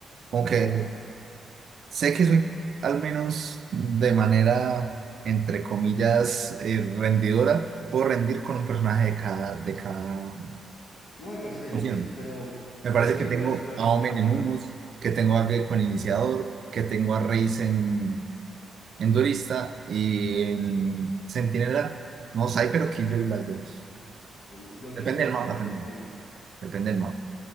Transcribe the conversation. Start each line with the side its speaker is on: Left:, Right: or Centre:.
Right: como que
Left: Ya.
Right: sé que soy al menos de manera, entre comillas, eh, rendidora. Puedo rendir con un personaje de cada, de cada
Left: No, igual está bien,
Right: opción.
Left: está bien. Pero,
Right: Me parece
Left: pero digamos
Right: que
Left: que,
Right: tengo
Left: ¿cuál es, cuál,
Right: a
Left: cuál
Right: Omen
Left: es tu
Right: en
Left: fuerte?
Right: humos, que tengo a Gecko en iniciador, que tengo a Reis en en Duelista y en Centinela. No, Cypher o Killjoy, las dos.
Left: Igual crees
Right: Depende
Left: que es
Right: del
Left: tu
Right: mapa
Left: fuerte,
Right: también.
Left: Omen.
Right: Depende del mapa.